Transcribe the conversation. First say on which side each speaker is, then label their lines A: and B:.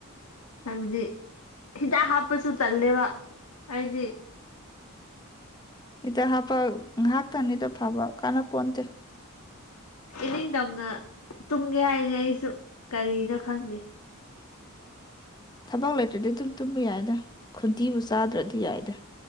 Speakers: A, on the left (about 85°); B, on the left (about 20°).
A: ꯍꯥꯏꯕꯗꯤ ꯍꯤꯗꯥꯛ ꯍꯥꯞꯄꯁꯨ ꯇꯜꯂꯦꯕ ꯍꯥꯏꯗꯤ
B: ꯍꯤꯗꯥꯛ ꯍꯥꯞꯄꯒ ꯉꯥꯏꯍꯥꯛꯇꯅꯤꯗ ꯐꯕ ꯀꯥꯟꯅ ꯄꯣꯟꯇꯦ
A: ꯏꯅꯤꯡ ꯇꯝꯅ ꯇꯨꯝꯒꯦ ꯍꯥꯏꯅꯤ ꯑꯩꯁꯨ ꯀꯔꯤꯔ ꯈꯪꯗꯦ
B: ꯊꯕꯛ ꯂꯩꯇ꯭ꯔꯗꯤ ꯑꯗꯨꯝ ꯇꯨꯝꯕ ꯌꯥꯏꯗ ꯈꯨꯟꯇꯤꯕꯨ ꯆꯥꯗ꯭ꯔꯗꯤ ꯌꯥꯏꯗ